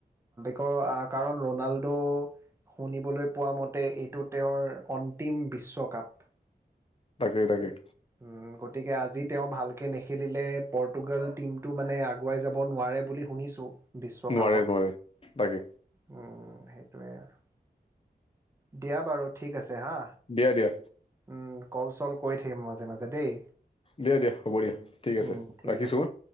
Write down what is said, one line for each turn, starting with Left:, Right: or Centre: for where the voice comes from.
Right: আ কাৰণ ৰনালডো শুনিবলৈ পোৱা মতে এইটো তেওঁৰ অন্তিম বিশ্বকাপ
Left: তাকেই তাকেই
Right: অ গতিকে আজি তেওঁ ভালকে নেখেলিলে পৰ্তুগল টিমটো মানে আগুৱাই যাব নোৱা বুলি শুনিছোঁ বিশ্বকাপত‌।‌অ
Left: নোৱাৰে নোৱাৰে তাকে
Right: সেইটোয়ে আৰু, দিয়া বাৰু ঠিক আছে হা
Left: দিয়া দিয়া
Right: উম কল চল কৰি থাকিম মই দেই,
Left: দিয়া দিয়া হ'ব দিয়া ঠিক
Right: উম
Left: আছে
Right: ঠিক
Left: ৰাখিছো
Right: আছে
Left: হা?